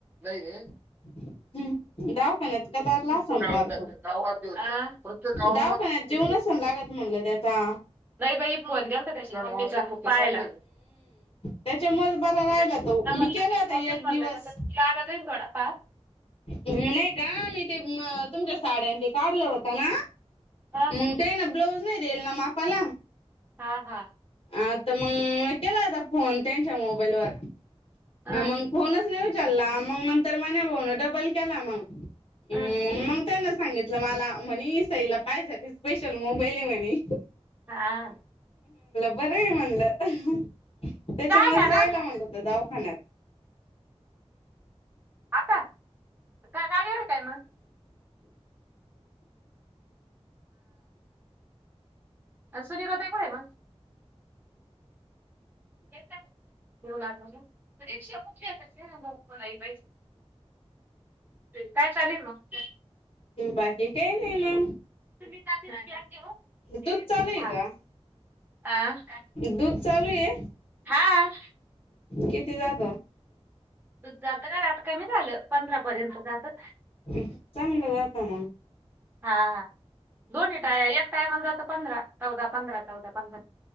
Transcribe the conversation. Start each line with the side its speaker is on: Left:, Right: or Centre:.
Right: नाहीै र..
Left: हम्म जा. ण्यात
Right: कुस्ते
Left: कदारला संपारतो
Right: गाळत जातात गावात प्रत्येक गावामध्ये
Left: दावखान्यात
Right: कुस्ते
Left: जेवनच
Right: गाळत
Left: लागतं म्हणलं. त्याचा
Right: नाही बाई फोन द्याल. तर त्याच्या पाहायला.
Left: त्याच्या म बरा राहिला
Right: त्या फोन
Left: तो
Right: ना
Left: मी
Right: म्हणलं
Left: केला
Right: ते
Left: होता
Right: मम्मीला
Left: एक
Right: म्हणलं
Left: दिवस
Right: त्याचा लागा जाईल थोडा फार
Left: नाही का मी ते तुमच्या साड्यांचे काढलं होतं ना
Right: हा
Left: मग ते ना ब्लाऊज नाही देईल ना मापाला
Right: हा हा
Left: आता मग केला आता फोन त्यांच्या मोबाईलवर
Right: हा
Left: मग फोनच नाही उचलला मग नंतर म बोन डबल केला मग
Right: हा
Left: मग त्या न सांगितलं मला म्हनी साईला पाय झाे स्पेशल मोबईले म्हणे
Right: हा
Left: बर आहे म्हणलं त्याच्या
Right: चहा
Left: मज
Right: घ्या
Left: रायला
Right: ना
Left: म्हणलं तर दावाखान्यात
Right: आता काय गाडीवर काय मग? ह सुनीता ताई कुठ आहे मग येतात येऊ लागलं तर रिक्षा कुठली येता काय बाई काय चालेल. मग <inaudible>
Left: बाकी काय नाही. मग..
Right: तुम्ही?
Left: दूध चालू आहे का? दूध चालू. ये
Right: हां
Left: किती जात
Right: तू जात का र आता कमी झालं पंधरा पर्यंत जात
Left: <inaudible> चांगलं जाताना
Right: हा दोन्ही टाय एक टायमाला जात पंधरा चौदा पंधरा चौदा पंधरा